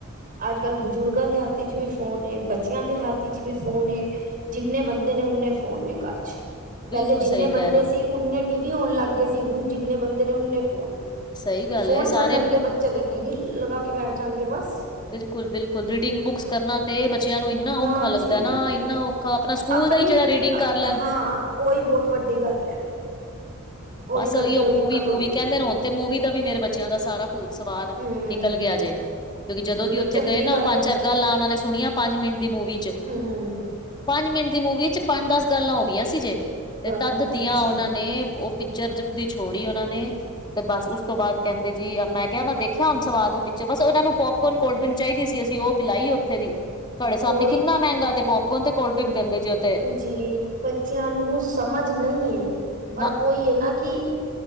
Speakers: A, on the right; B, on the left.
A: ਅੱਜ ਕੱਲ੍ਹ ਬਜ਼ੁਰਗਾਂ ਦੇ ਹੱਥੀ ਚ' ਵੀ ਫੋਨ ਬੱਚਿਆਂ ਦੇ ਹੱਥੀ ਚ' ਵੀ ਫੋਨ। ਜਿੰਨੇ ਬੰਦੇ ਨੇ ਓਨੇ ਫੋਨ ਨੇ ਘਰ ਚ'।
B: ਬਿਲਕੁਲ
A: ਪਹਿਲੇ ਜਿੰਨੇ
B: ਸਹੀ ਕਹਿ
A: ਬੰਦੇ
B: ਰਹੇ ਹੋ।
A: ਸੀ ਓਨੇ ਟੀ ਵੀ ਆਉਣ ਲੱਗ ਗਏ ਸੀ ਹੁਣ ਜਿੰਨੇ ਬੰਦੇ ਨੇ ਓਨੇ ਫੋਨ।
B: ਸਹੀ ਗੱਲ
A: ਫੋਨ
B: ਏ,
A: ਛੱਡਣਗੇ
B: ਸਾਰੇ
A: ਬੱਚੇ ਤੇ ਟੀ ਵੀ ਲਗਾ ਕੇ ਬੈਠ ਜਾਣਗੇ ਬਸ।
B: ਬਿਲਕੁਲ- ਬਿਲਕੁਲ, ਰੀਡਿੰਗ ਬੁੱਕਸ ਕਰਨਾ ਤੇ ਬੱਚਿਆਂ ਨੂੰ ਇੰਨਾ
A: ਨਾ
B: ਔਖਾ ਲੱਗਦਾ
A: ਜੀ
B: ਨਾ ਇੰਨਾ ਔਖਾ। ਕਾ ਆਪਣਾ ਸਕੂਲ
A: ਆਪਣੀ
B: ਹੀ ਜਿਹੜਾ ਰੀਡਿੰਗ ਕਰ ਲੈਣ।
A: ਹਾਂ, ਉਹੀ ਬਹੁਤ ਵੱਡੀ ਗੱਲ ਹੈ। ਉਹ
B: ਬਸ
A: ਵੀ ਕਰਦੇ
B: ਉਹੀਹੋ
A: ਹੋਏ
B: ਮੂਵੀ
A: ਦਿੱਕਤ ਹੁੰਦੀ
B: -ਮੂਵੀ ਕਹਿੰਦੇ
A: ਹੈ
B: ਨੇ ਹੁਣ ਤੇ ਮੂਵੀ ਦਾ ਵੀ ਮੇਰੇ ਬੱਚਿਆਂ ਦਾ ਸਾਰਾ ਭੂਤ- ਸਵਾਰ
A: ਹਮ
B: ਨਿਕਲ ਗਿਆ ਜੇ। ਕਿਉਂਕਿ ਜਦੋਂ
A: ਨਿਕਲ
B: ਵੀ ਉੱਥੇ
A: ਚੰਗੀ
B: ਗਏ ਨਾ
A: ਗੱਲ
B: ਉਹ ਪੰਜ-
A: ਹੈ
B: ਚਾਰ ਗੱਲਾਂ ਉਹਨਾਂ ਨੇ ਸੁਣੀਆਂ ਪੰਜ ਮਿੰਟ ਦੀ ਮੂਵੀ ਚੇ।
A: ਹਮ
B: ਪੰਜ ਮਿੰਟ ਦੀ ਮੂਵੀ 'ਚ ਪੰਜ -ਦਸ ਗੱਲਾਂ ਹੋ ਗਈਆਂ ਸੀ ਜੇ ਤੇ
A: ਗੱਲ
B: ਤਦ
A: ਹੋ
B: ਦੀਆਂ
A: ਗਈ ਸੀ
B: ਉਹਨਾਂ ਨੇ ਪਿਕਚਰ ਜਦੀ ਛੋੜੀ ਉਹਨਾਂ ਨੇ ਤੇ ਬਸ ਉਸ ਤੋਂ ਬਾਅਦ ਕਹਿੰਦੇ ਜੀ ਮੈਂ ਕਿਹਾ ਮੈਂ ਦੇਖਿਆ ਹੁਣ ਸਵਾਦ ਪਿੱਛੋਂ ਬਸ ਉਹਨਾਂ ਨੂੰ ਪੋਪਕੋਨ, ਕੋਲਡ ਡਰਿੰਕ, ਚਾਹੀਦੀ ਸੀ ਅਸੀਂ ਉਹ ਪਲਾਈ ਉੱਥੇ ਦੀ ਤੁਹਾਡੇ ਸਾਹਮਣੇ
A: ਉਹੀ
B: ਕਿੰਨਾ ਮਹਿੰਗਾ ਤੇ ਪੋਪਕਰਨ ਤੇ ਕੋਲਡਰਿੰਕ ਦਿੰਦੇ ਜੇ ਉੱਥੇ
A: ਜੀ ਬੱਚਿਆਂ ਨੂੰ ਸਮਝ ਨਹੀਂ ਏ ਪਰ
B: ਨਾ
A: ਉਹੀ ਹੈ ਨਾ ਕਿ